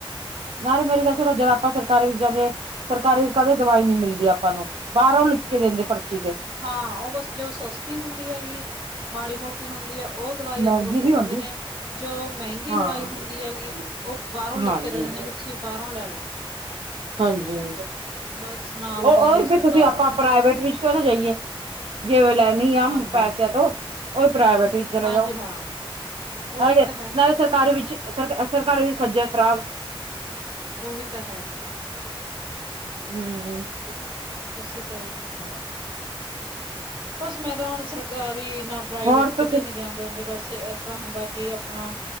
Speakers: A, on the right (about 80°); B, on the right (about 60°).
A: ਨਾਰੇ ਮੇਰੀ ਗੱਲ ਸੁੋ ਜਿਆਦਾ ਆਪਾਂ ਸਰਕਾਰ ਵਿੱਚ ਜਾਂਦੇ ਸਰਕਾਰੀ ਕਦੇ ਦਵਾਈ ਨੀ ਮਿਲਦੀ ਆਪਾਂ ਨੂੰ ਬਾਹਰੋਂ ਲਿਖ ਕੇ ਦਿੰਦੇ ਪਰਚੀ ਤੇ
B: ਹਾਂ ਉਹ ਬਸ ਜੋ ਸਸਤੀ ਹੁੰਦੀ ਹੈਗੀ ਮਾੜੀ ਮੋਟੀ ਹੁੰਦੀ ਹੈ। ਉਹ ਦਵਾਈ
A: ਮਹਿੰਗੀ
B: ਅੰਦਰੋਂ ਦੇ
A: ਵੀ
B: ਦਿੰਦੇ
A: ਹੁੰਦੀ
B: ਨੇ ਜੋ ਮਹਿੰਗੀ
A: ਹਾਂ
B: ਦਵਾਈ ਹੁੰਦੀ ਹੈਗੀ ਉਹ ਬਾਹਰੋਂ ਲਿਖ
A: ਹਾਂਜੀ
B: ਕੇ ਦਿੰਦੇ ਨੇ ਕਿ ਤੁਸੀਂ ਬਾਹਰੋਂ ਲੈ ਲਓ
A: ਹਾਂਜੀ
B: ਬਸ ਨਾਮ
A: ਉਹ
B: ਦੀ
A: ਹੀ
B: ਸਰਕਾਰ
A: ਤੁਸੀ ਆਪਾਂ
B: ਆ ਗਈ,
A: ਪ੍ਰਾਈਵੇਟ ਵਿਚ ਕਿਉ ਨਾ ਜਾਈਏ ਜਿਵੇ ਲੈਣੀ ਆ
B: ਹਾਂਜੀ
A: ਪੈਸਿਆਂ
B: ਹਾਂ,
A: ਤੋਂ ਉਹੀ ਪ੍ਰਾਈਵੇਟ ਵਿਚ- ਚਲੇ
B: ਹਾਂਜੀ
A: ਜਾਓ
B: ਹਾਂ, ਉਹੀ
A: ਨਾਲੇ
B: ਤਾਂ ਹੈ,
A: ਨਾਲੇ ਸਰਕਾਰੀ ਵਿਚ ਸਰ ਸਰਕਾਰੀ ਵਿਚ ਖੱਜਲ ਖਰਾਬ
B: ਉਹੀ ਤਾਂ ਹੈ।
A: ਹੂੰ -
B: ਅੇਸੇ ਤਰ੍ਹਾਂ ਹੀ ਹੁੰਦਾ ਹੈ। ਬਸ ਮੈਂ ਤਾਂ ਹੁਣ ਸਰਕਾਰੀ ਨਾ ਪ੍ਰਾਈਵੇਟ
A: ਹੋਰ
B: ਕਿਤੇ
A: ਤੁਸੀਂ
B: ਨਹੀ ਜਾਦੇ ਹੁੰਦੇ ਬਸ ਇਏਦਾਂ ਹੁੰਦਾ ਕਿ ਆਪਣਾ